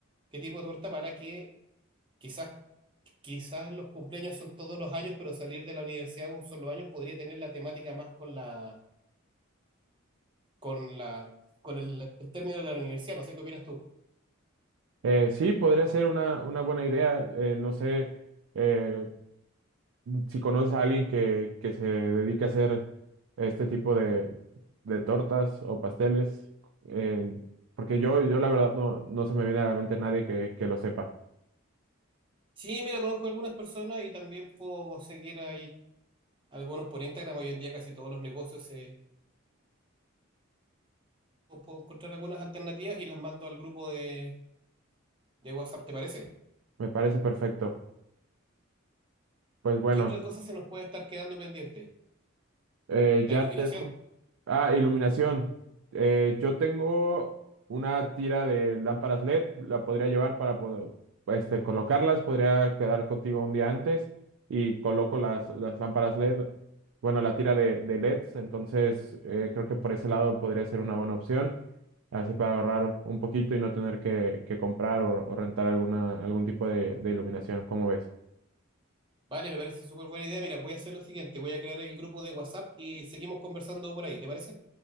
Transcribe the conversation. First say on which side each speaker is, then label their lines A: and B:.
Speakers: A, on the right (about 25°); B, on the right (about 70°).
A: qué tipo de torta para que quizás, quizás los cumpleaños son todos los años, pero salir de la universidad un solo año podría tener la temática más con la, con la, con el, el término de la universidad. No sé qué opinas tú.
B: Eh, sí, podría ser una, una buena idea. Eh, no sé eh, si conoces a alguien que, que se dedique a hacer este tipo de, de tortas o pasteles, eh, porque yo, yo la verdad no, no se me viene a la mente nadie que, que lo sepa.
A: Sí, mira, conozco algunas personas y también puedo seguir ahí algunos por Instagram. Hoy en día casi todos los negocios se... Puedo encontrar algunas alternativas y las mando al grupo de de WhatsApp, ¿te parece?
B: Me parece perfecto. Pues bueno,
A: ¿Qué otra cosa se nos puede estar quedando pendiente?
B: eh,
A: La
B: ya
A: iluminación.
B: te Ah, iluminación. Eh, yo tengo una tira de lámparas LED, la podría llevar para poder este, colocarlas, podría quedar contigo un día antes y coloco las, las lámparas LED, bueno, la tira de, de LEDs, entonces eh, creo que por ese lado podría ser una buena opción, así para ahorrar un poquito y no tener que, que comprar o, o rentar alguna, algún tipo de, de iluminación, ¿cómo ves?
A: Vale, me parece súper buena idea. Mira, voy a hacer lo siguiente, voy a crear el grupo de WhatsApp y seguimos conversando por ahí, ¿te parece?